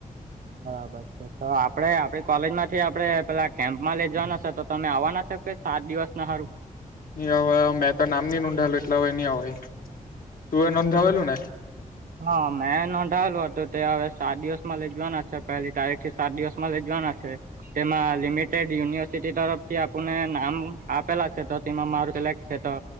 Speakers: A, on the right; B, on the left.
A: બરાબર. તો આપડે આપડી કોલેજ માંથી આપડે પેલા કેમ્પમાં લઈ જવાના છે તો તમે આવવાના શોકે સાત દિવસ ના હારું.
B: ની હવે મેં તો નામ ની નોંધાયેલું એટલે હવે નહી હય તું નોંધાવેલું ને.
A: હા મેં નોંધાયેલું હતું તે હવે સાત દિવસમાં લે જવાના છે પેલી તારીખ.... થી સાત દિવસમાં લઈ જવાના છે તેમાં લિમિટેડ યુનિવર્સિટી તરફથી આપણને નામ. આપેલા છે તો તેમાં મારું સિલેક્ટ છે તો